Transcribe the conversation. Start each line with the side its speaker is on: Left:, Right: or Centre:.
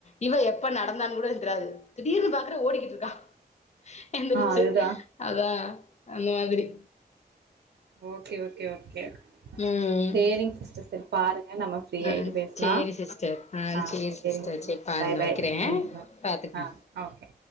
Left: இவ எப்ப நடந்தான்னு கூட என்க் தெரது திடீர்னு பாக்குறே ஓடிக்கிட்டு இருக்கா எந்துருச்சு
Right: அதுதா
Left: அதா அந்தமாதிரி
Right: ஓகே ஓகே ஓகே
Left: ம்
Right: சேரிங்க சிஸ்டர் சேரி பாருங்க நம்ம ஃப்ரீ
Left: ஆ
Right: ஆய்ட்டு பேசலா
Left: சேரி சிஸ்டர்
Right: ஆ சேரி
Left: சிஸ்டர்
Right: <inaudible>
Left: பாருங்க
Right: பாய் பாய்
Left: வைக்கிறே
Right: ம் பாய்
Left: பாத்துக்குங்க
Right: ஆ ஓகே